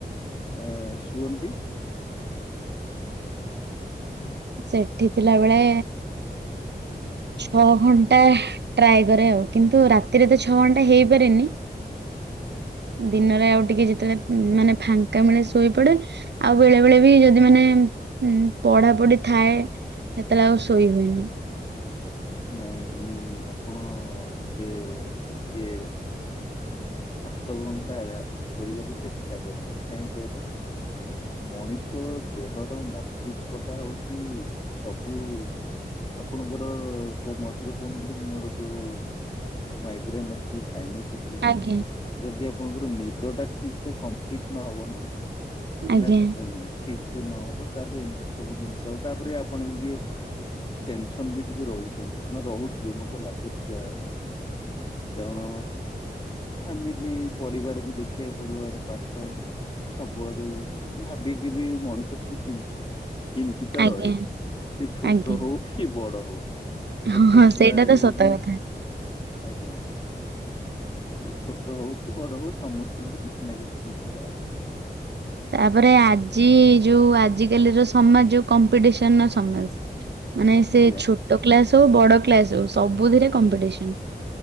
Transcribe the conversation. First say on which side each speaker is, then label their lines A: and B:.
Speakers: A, on the left; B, on the right.
A: ଆ ଶୁଅନ୍ତି?
B: ସେଠି ଥିଲା ବେଳେ ଛଅ ଘଣ୍ଟା ଟ୍ରାଏ କରେ ଆଉ, କିନ୍ତୁ ରାତିରେ ତ ଛଅ ଘଣ୍ଟା ହେଇପାରେନି। ଦିନରେ ଆଉ ଟିକେ ଯେତେବେଳେ ମାନେ ଫାଙ୍କା ମିଳେ ଶୋଇପଡେ। ଆଉ ବେଳେ ବେଳେ ବି ଯଦି ମାନେ ପଢା ପଢି ଥାଏ ସେତେବେଳେ ଆଉ ଶୋଇ ହୁଏନି।
A: ନାଇଁ ନ ଆପଣ ଏବେ ଟିକେ ସାତ ଘଣ୍ଟା ଶୋଇବାକୁ ଚେଷ୍ଟା କରନ୍ତୁ। କାହିଁକି କହିଲେ ମଣିଷ ଦେହର ମସ୍ତିଷ୍କ ଟା ହଉଚି ସବୁ ଆପଣଙ୍କର ମଝିରେ କହୁନଥିଲ କି ମୋର ଯୋଉ ମାଇଗ୍ରେନ୍ ଅଛି ସାଇନସ୍ ଅଛି
B: ଆଜ୍ଞା
A: ଯଦି ଆପଣଙ୍କର ନିଦ ଟା ଠିକ ସେ କମ୍ପ୍ଲିଟ ନହବ ନା ତାନେ
B: ଆଜ୍ଞା
A: ସେ ଠିକ ସେ ନହବ ତାହେଲେ ଏମିତି ସବୁ ଜିନିଷ ତାପରେ ଆପଣ ବି ଟିକେ ଟେନସନ ବି ଟିକେ ରହୁଚନ ମାନେ ରହୁଥିବେ ମତେ ଲାଗୁଚି ଯାହା। କାରଣ ଫ୍ୟାମିଲି ପରିବାରକୁ ଦେଖିବାକୁ ପଡିବ ଆଡେ ପାଠ ସବୁଆଡୁ ଭାବିକି ବି ମଣିଷ ଟିକେ ଚିନ୍ ଚିନ୍ତିତ
B: ଆଜ୍ଞା
A: ରହେ ସେ ଛୋଟ
B: ଆଜ୍ଞା
A: ହଉ କି ବଡ ହଉ। ଛୋଟ
B: ହଁ ହଁ
A: ଛୁଆ
B: ସେଇଟା
A: ହେଲେ
B: ତ ସତ
A: ବି
B: କଥା।
A: ଆଜ୍ଞା। ସେ ଛୋଟ ହଉ କି ବଡ ହଉ ସମସ୍ତଙ୍କର କିଛି ନା କିଛି ଚିନ୍ତା ଅଛି।
B: ତାପରେ ଆଜି ଯୋଉ ଆଜିକାଲିର ସମାଜ ଯୋଉ କମ୍ପିଟିସନ ର ସମାଜ। ମାନେ ସେ
A: ଆଜ୍ଞା।
B: ଛୋଟ କ୍ଲାସ ହଉ ବଡ କ୍ଲାସ ହଉ ସବୁଥିରେ କମ୍ପିଟିସନ।